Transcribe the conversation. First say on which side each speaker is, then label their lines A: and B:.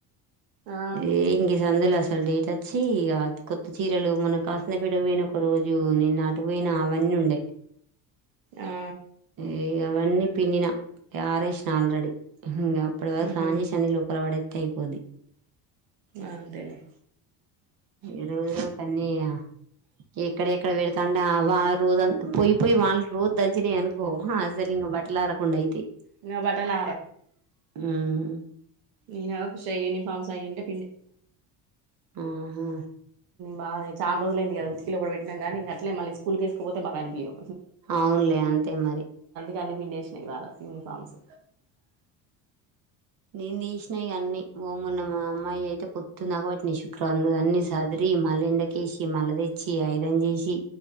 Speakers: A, on the right; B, on the right.
A: ఆ
B: ఏ గి సందులో అసలు డేట్ వచ్చి ఆ కొత్త చీరలు మొన్న కాసన్న పెటకు పోయినా ఒక రోజు నిన్న అటుపోయినా అవన్ ఉండె
A: ఆ
B: ఏ అవన్నీ పిన్నినా ఆరేషిన ఆల్రెడి ఇంగ అప్పటి వరకు
A: ఉహు
B: స్నానం చేసి లోపల పడేత్తే అయిపొద్దు
A: అంతేలే
B: ఈరోజు తన్నిగా ఎక్కడెక్కడ వెళతాంటే ఆ వా రోజంత్ పోయి పోయి వాళ్ళ రోజు దంచినయి అనుకో సలు ఇం బట్టలారకుండా అయితే
A: ఇంకా బట్టలు
B: ఉమ్
A: నేనా చేయని పాపచ్చియింటే
B: ఆహా
A: బావే చాల రోజులు అయింది గదా ఉతికిలో కూడా పెట్టినా గానీ ఇగ అట్లే మళ్ళి స్కూల్ వేసుకపోతే భావానికి ఇయరు.
B: అవునులే అంతే మరి
A: కన్ని పిండేసిన ఇవాల యూనిఫార్మ్స్
B: నేను తీసినాయి అన్నీ ఓమున్న మా అమ్మాయి అయితే పొద్దున్న నాకబట్టిని రందు అన్ని సదిరి మల్ల ఎండకేసి మళ్ల తెచ్చి ఐరన్ చేసి